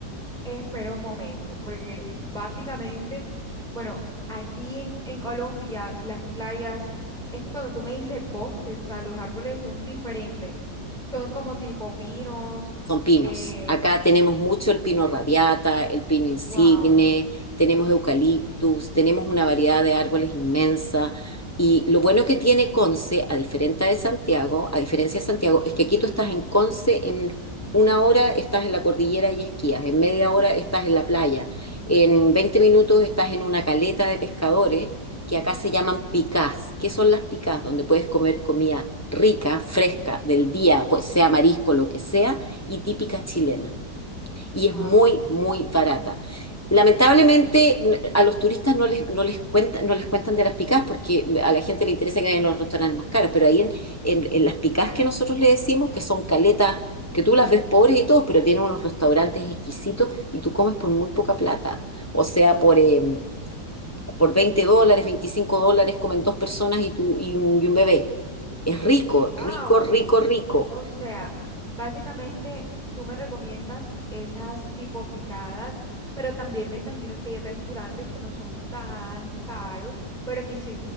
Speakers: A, in the centre; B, on the left (about 20°).
A: Espera un momento, porque básicamente, bueno, aquí en, en Colombia las playas, es que cuando tú me dices bosques, o sea, los árboles son diferentes, son como tipo pinos,
B: Son pinos.
A: eh,
B: Acá tenemos mucho el pino radiata, el pino insigne,
A: wow,
B: tenemos eucaliptus, tenemos una variedad de árboles inmensa. Y lo bueno que tiene Conce, a diferencia de Santiago, a diferencia de Santiago, es que aquí tú estás en Conce, en una hora estás en la cordillera y esquías, en media hora estás en la playa, en 20 minutos estás en una caleta de pescadores que acá se llaman
A: ok,
B: picás. ¿Qué son las picás? Donde puedes comer comida rica, fresca, del día, pues sea marisco, lo que sea y típica chilena. Y
A: wow,
B: es muy, muy barata. Lamentablemente
A: ok,
B: a los turistas no les, no les, cuenta, no les cuentan de las picás porque a la gente le interesa que vayan a los restaurantes más caros, pero ahí en, en, en las picás que nosotros le decimos, que son caletas, que tú las ves pobres y todo, pero tienen unos restaurantes exquisitos y tú comes por muy poca plata. O sea, por, eh, por 20 dólares, 25 dólares comen dos personas y, tú, y un, y un bebé. Es rico,
A: wow.
B: rico, rico, rico.
A: O sea, básicamente tú me recomiendas esas tipo picadas, pero también me imagino que hay restaurantes que no son tan caros, pero que sí